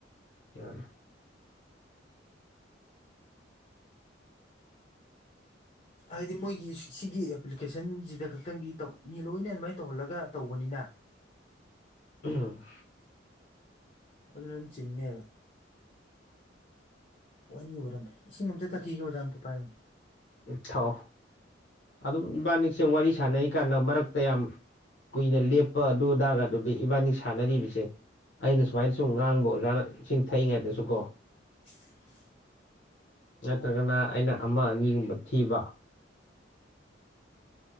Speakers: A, on the left; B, on the left.
A: ꯌꯥ
B: ꯍꯥꯏꯗꯤ ꯃꯣꯏꯒꯤ ꯁꯤꯒꯤ ꯑꯦꯄ꯭ꯂꯤꯀꯦꯁꯟꯁꯤꯗ ꯈꯛꯇꯪꯒꯤꯧ ꯃꯤ ꯂꯣꯏꯅ ꯑꯗꯨꯃꯥꯏꯅ ꯇꯧꯍꯜꯂꯒ ꯇꯧꯕꯅꯤꯅ
A: ꯎꯝ
B: ꯑꯗꯨꯅ ꯆꯤꯍꯅꯦ ꯋꯥꯔꯤ ꯑꯣꯏꯔꯝꯃꯦ ꯏꯁꯤꯡ ꯑꯝꯇ ꯊꯛꯈꯤꯒꯦ ꯑꯣꯖꯥꯝ ꯑꯝꯇ ꯄꯥꯏꯌꯨ
A: ꯊꯑꯣ ꯑꯗꯨꯝ ꯏꯕꯥꯅꯤꯛꯁꯦ ꯋꯥꯔꯤ ꯁꯥꯟꯅꯔꯤꯀꯥꯟꯗ ꯃꯔꯛꯇ ꯌꯥꯝ ꯀꯨꯏꯅ ꯂꯦꯞꯄ ꯑꯗꯨ ꯑꯗꯥꯒ ꯑꯗꯨꯗꯤ ꯏꯕꯥꯅꯤ ꯁꯥꯟꯅꯔꯤꯕꯁꯦ ꯑꯩꯅ ꯁꯨꯃꯥꯏꯅ ꯁꯨꯝ ꯉꯥꯡꯕ ꯑꯣꯖꯥꯅ ꯏꯁꯤꯡ ꯊꯛꯏꯉꯩꯗꯁꯨ ꯀꯣ
B: <inaudible>
A: ꯅꯠꯇ꯭ꯔꯒꯅ ꯑꯩꯅ ꯑꯃ ꯑꯅꯤꯒꯨꯝꯕ ꯃꯊꯤꯕ